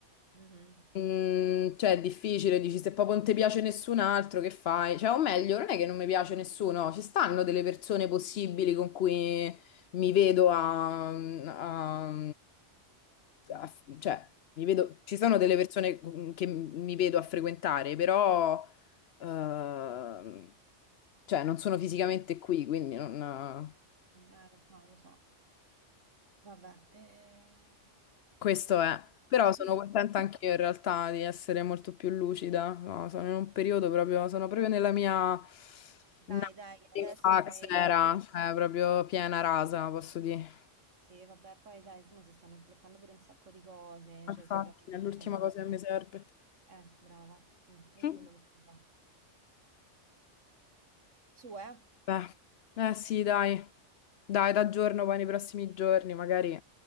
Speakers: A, on the right; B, on the left.
A: Mhm.
B: mm, cioè è difficile, dici se proprio non ti piace nessun altro, che fai? Cioè, o meglio, non è che non mi piace nessuno, ci stanno delle persone possibili con cui mi vedo a, a- a- cioè, mi vedo, ci sono delle persone che mi vedo a frequentare, però... Ehm, cioè, non sono fisicamente qui, quindi non...
A: Eh, lo- no, lo so. Vabbè. eh.
B: questo è. Però
A: <laughs>
B: sono contenta anche io in realtà di essere molto più lucida. No, sono in un periodo proprio, sono proprio nella mia
A: Dai,
B: nothing
A: dai, che adesso
B: fax
A: fai
B: era,
A: pure...
B: cioè proprio piena rasa, posso dire.
A: Sì, vabbè, poi dai, mo si stanno sbloccando pure un sacco di cose,
B: Infatti,
A: cioè sicuramente
B: è l'ultima
A: stai meglio.
B: cosa che mi serve.
A: Eh, brava. Mm, vedi
B: Mm.
A: quello che fa. Su, eh.
B: Beh, eh sì, dai. Dai, t'aggiorno poi nei prossimi giorni, magari